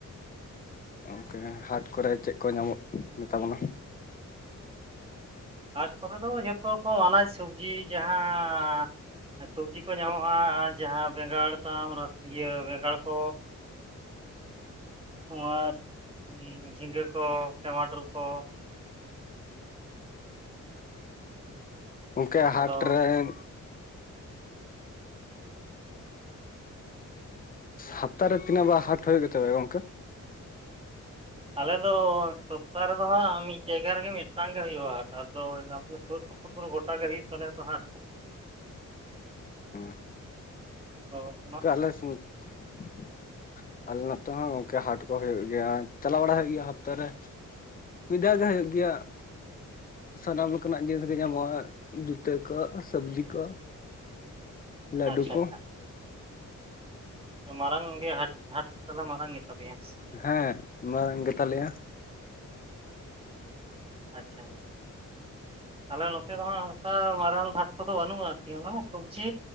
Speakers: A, on the left; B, on the right.
A: ᱜᱚᱢᱠᱮ ᱦᱟᱴ ᱠᱚᱨᱮ ᱪᱮᱫ ᱠᱚ ᱧᱟᱢᱚᱜ ᱜᱮ ᱛᱟᱵᱚᱱᱟ?
B: ᱦᱟᱴ ᱠᱚᱨᱮ ᱫᱚ ᱡᱚᱛᱚ ᱨᱚᱠᱚᱢ ᱟᱱᱟᱡᱽ ᱥᱚᱵᱡᱤ ᱡᱟᱦᱟᱸ <inaudible> ᱥᱚᱵᱽᱡᱤ ᱠᱚ ᱧᱟᱢᱚᱜᱼᱟ ᱡᱟᱦᱟᱸ ᱵᱮᱸᱜᱟᱲ ᱛᱟᱢ ᱨᱟᱥᱤᱭᱟᱹ ᱵᱮᱸᱜᱟᱲ ᱠᱚ ᱛᱩᱢᱟᱨ ᱡᱷᱤᱸᱜᱟᱹ ᱠᱚ ᱴᱮᱢᱟᱴᱳᱚᱨ ᱠᱚ,
A: ᱜᱚᱝᱠᱮ ᱦᱟᱴ
B: ᱟᱫᱚ
A: ᱨᱮᱱ ᱦᱟᱯᱛᱟ ᱨᱮ ᱛᱤᱱᱟᱹᱜ ᱵᱟᱨ ᱦᱟᱴ ᱦᱩᱭᱩᱜ ᱜᱮᱛᱟ ᱯᱮᱭᱟ ᱜᱚᱝᱠᱮ?
B: ᱟᱞᱮ ᱫᱚ ᱥᱚᱯᱛᱟᱦᱚ ᱨᱮᱫᱚ ᱦᱟᱸᱜ ᱢᱤᱫ ᱡᱟᱭᱜᱟ ᱨᱮᱜᱮ ᱢᱤᱫᱴᱟᱝ ᱜᱮ ᱦᱩᱭᱩᱜᱼᱟ᱾ ᱟᱫᱚ <unintelligible> ᱜᱚᱴᱟ ᱜᱮ ᱦᱩᱭᱩᱜ ᱛᱟᱞᱮᱭᱟ ᱛᱚ ᱦᱟᱜ,
A: ᱦᱮᱸ
B: ᱚ
A: <unintelligible> ᱟᱞᱮ ᱱᱚᱛᱮ ᱦᱚᱸ ᱜᱚᱝᱠᱮ ᱦᱟᱴ ᱠᱚ ᱦᱩᱭᱩᱜ ᱜᱮᱭᱟ ᱪᱟᱞᱟᱣ ᱵᱟᱲᱟ ᱦᱩᱭᱩᱜ ᱜᱮᱭᱟ ᱦᱟᱯᱛᱟ ᱨᱮ᱾ ᱢᱤᱫ ᱫᱷᱟᱣ <unintelligible> ᱥᱟᱱᱟᱢ ᱞᱮᱠᱟᱱᱟᱜ ᱡᱤᱱᱤᱥ ᱜᱮ ᱧᱟᱢᱚᱜᱼᱟ ᱦᱟᱜ ᱡᱩᱛᱟᱹ ᱠᱚ ᱥᱚᱵᱡᱤ ᱠᱚ᱾ ᱞᱟᱰᱩ
B: ᱟᱪᱪᱷᱟ
A: ᱠᱚ᱾
B: ᱟᱪᱪᱷᱟ ᱢᱟᱨᱟᱝ ᱜᱮ ᱦᱟᱴ ᱦᱟᱴ ᱠᱚᱫᱚ ᱢᱟᱨᱟᱝ ᱜᱮᱛᱟ ᱯᱮᱭᱟ?
A: ᱦᱮᱸ ᱢᱟᱨᱟᱝ ᱜᱮᱛᱟ ᱞᱮᱭᱟ᱾
B: ᱟᱪᱪᱷᱟ᱾ ᱟᱞᱮ ᱱᱚᱛᱮ ᱫᱚ ᱦᱟᱸᱜ ᱚᱱᱠᱟ ᱢᱟᱨᱟᱝ ᱦᱟᱴ ᱠᱚᱫᱚ ᱵᱟᱹᱱᱩᱜᱼᱟ᱾ ᱟᱨᱠᱤ ᱚᱱᱟ ᱥᱚᱵᱡᱤ